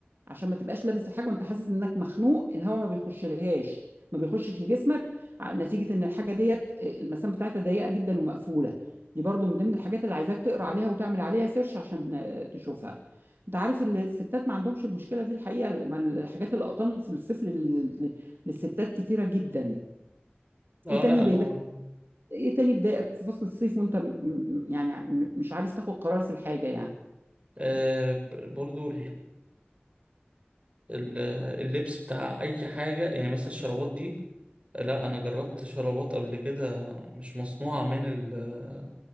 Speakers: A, on the right (about 65°); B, on the right (about 30°).
A: عشان ما تبقاش لابس الحاجة وانت حاسس انك مخنوق الهواء ما بيخش لهاش ما بيخشش لجسمك ع- نتيجة ان الحاجة ديت آه، المسام بتاعتها ضيقة جدا ومقفولة دي برضو من ضمن الحاجات اللي عايزاك تقرا عليها وتعمل عليها سيرش عشان آه، تشوفها انت عارف ال- الستات ما عندهمش المشكله دي الحقيقه لما الحاجات القطن في الصيف لل- للستات كتيره جدا
B: اه
A: ايه تاني
B: لا
A: بيضايق
B: هو
A: ايه تاني بيضايقك في فصل الصيف وانت م- م- يعني م- مش عارف تاخد قرار في الحاجه يعني
B: آه، ب- برضو ال- اللبس بتاع اي حاجه يعني مثلا الشرابات دي لا انا جربت شرابات قبل كده مش مصنوعه من ال-